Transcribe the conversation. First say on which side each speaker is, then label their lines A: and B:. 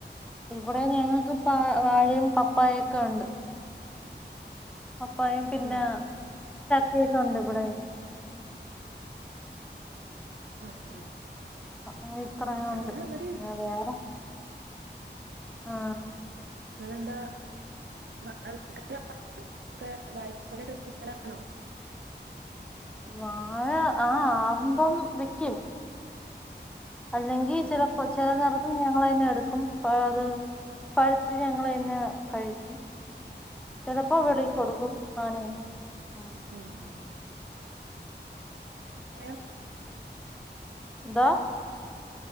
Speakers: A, in the centre; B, on the right.
A: ഇവിടെ ഞങ്ങൾക്ക് പ വാഴയും പപ്പായയൊക്കെ ഉണ്ട് പപ്പായയും പിന്നെ
B: ആഹ്
A: കേക്കണണ്ടോ ഇവിടെ
B: ആഹ് ആഹ്
A: ആ ഇത്രയുമുണ്ട്
B: ആഹ് ചക്ക ഇവിടെയും
A: പിന്നെ വേറെ ആ
B: നിങ്ങെന്താ <unintelligible> വായ്പൊക്കെ കിട്ടലാണോ
A: വാഴ ആ ആകുമ്പം വിയ്ക്കും അല്ലെങ്കിൽ
B: ആഹ്
A: ചിലപ്പോ ചില നിറ ഞങ്ങൾ തന്നെ എടുക്കും പ അത് പഴുത്തിട്ട് ഞങ്ങൾ തന്നെ കഴിക്കും ചിലപ്പോ വെളി
B: ആഹ് ആഹ്
A: കൊടുക്കും ആങ്ങനെ ആ
B: ഉം ഉം പറയാ <unintelligible>
A: എന്താ